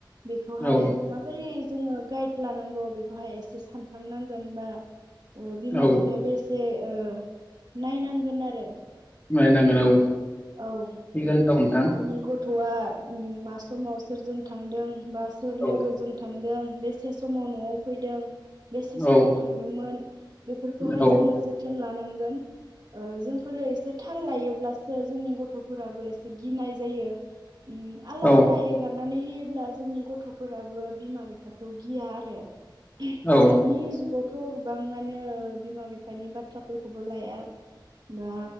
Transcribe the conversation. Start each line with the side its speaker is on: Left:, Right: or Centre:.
Right: बेखौहाय
Left: औ
Right: माबोरै जोङो गाइड लानांगौ बेखौहाय एसे सानखांनांगोन बा ओ बिमा
Left: औ
Right: बिफायाबो एसे जे ओ नायनांगोन आरो
Left: नायनांगोन
Right: ओ
Left: औ
Right: औ ओ
Left: थिगानो दं नोंथां
Right: आंनि गथ'आ मा समाव सोरजों थांदों बा सोर
Left: औ
Right: लोगोजों थांदों बेसे समाव न'आव फैदों बेसे समाव
Left: औ
Right: थांदोंमोन बेफोरखौहाय
Left: औ
Right: जोङो जोथोन लानांगौ गोन ओ जोंफोरो एसे थाल‌‌' थायोब्लासो जोंनि गथ'फोराबो एसे गिनाय जायो उम आलाहादा
Left: औ
Right: एगारनानैहोयो अब्ला जोंनि गथ'फोराबो बिमा बिफाखौ गिया आरो
Left: औ
Right: दानि जुगावथ' थ' गोबाङानो बिमा बिफानि बाथ्राफोरखौबो लाया बा